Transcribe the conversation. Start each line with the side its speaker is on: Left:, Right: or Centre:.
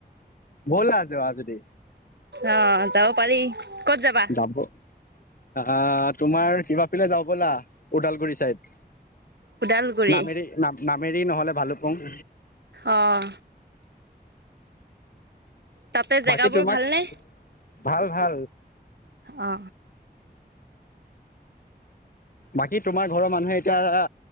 Left: ব'লা যোৱা যদি
Right: অ, যাব পাৰি কত যাবা।
Left: যাব আহ তোমাৰ কিবাফিলে যাবা বলা ওদালগুৰি চাইদ।
Right: ওদালগুৰি
Left: নামেৰি নাম নামৰি নহ'লে ভালুকপুং।
Right: অহ, তাতে
Left: বাকী
Right: জেগাবোৰ
Left: তোমাক
Right: ভালনে?
Left: ভাল ভাল।
Right: অ
Left: বাকী তোমাৰ ঘৰৰ মানুহে এতিয়া